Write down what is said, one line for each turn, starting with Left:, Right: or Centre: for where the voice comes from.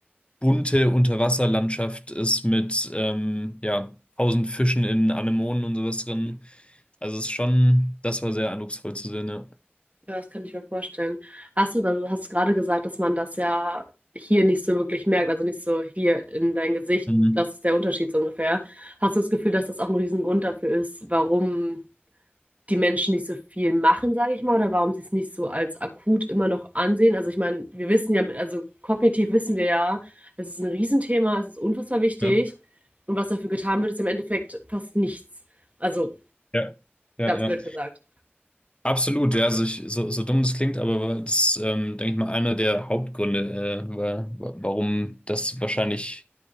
Left: bunte Unterwasserlandschaft ist mit ähm, ja, tausend Fischen in Anemonen und sowas drin. Also es ist schon, das war sehr eindrucksvoll zu sehen, ja.
Right: Ja, das kann ich mir vorstellen. Hast du, weil du hast gerade gesagt, dass man das ja hier nicht so wirklich merkt, also nicht so hier in dein Gesicht,
Left: Mhm.
Right: das ist der Unterschied so ungefähr. Hast du das Gefühl, dass das auch ein Riesengrund dafür ist, warum die Menschen nicht so viel machen, sage ich mal, oder warum sie es nicht so als akut immer noch ansehen. Also ich meine, wir wissen ja, also kognitiv wissen wir ja, es ist ein Riesenthema, es ist unfassbar wichtig
Left: Ja,
Right: und was dafür getan wird, ist im Endeffekt fast nichts. Also
Left: ja, ja,
Right: ganz
Left: ja.
Right: blöd gesagt.
Left: Absolut, ja, also ich, so, so dumm das klingt, aber das ist, ähm, denke ich mal, einer der Hauptgründe, äh, wa- wa- warum das wahrscheinlich